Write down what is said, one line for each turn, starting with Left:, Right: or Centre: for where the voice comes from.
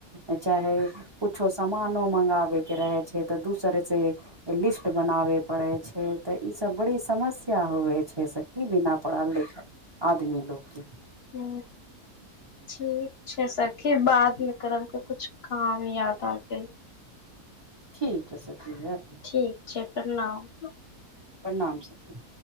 Right: चाहे छो सामानो मंगाबे के रहे छै तऽ दोसर से लिस्ट बनाबे पड़े छै तऽ ई सब बड़ी समस्या होवए छै से कि बिना पढ़ल लिखल आदमी लोगके
Left: हू ठीक छै सखि बाद में करब को किछु काम याद आ गेल
Right: ठीक ह सखी रखी
Left: ठीक छै प्रणाम
Right: प्रणाम सखी